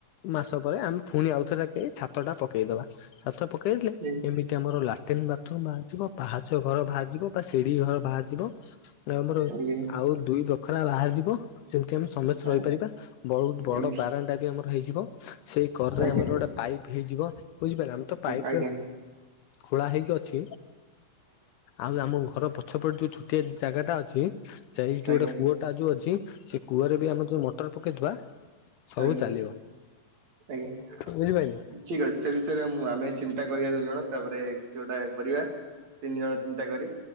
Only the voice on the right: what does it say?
ହୁଁ
ଆଜ୍ଞା
ଆଜ୍ଞା
ଆଜ୍ଞା
ଆଜ୍ଞା
ଆଜ୍ଞା ଆଜ୍ଞା ଆଜ୍ଞା
ଆଜ୍ଞା
ଆଜ୍ଞା
ଆଜ୍ଞା
ଠିକ ଅଛି ସେ ବିଷୟରେ ମୁଁ ଆମେ ଚିନ୍ତା କରିବା ଦୁଇ ଜଣ। ତାପରେ କିଛି ଗୋଟାଏ କରିବା ତିନି ଜଣ ଚିନ୍ତା କରି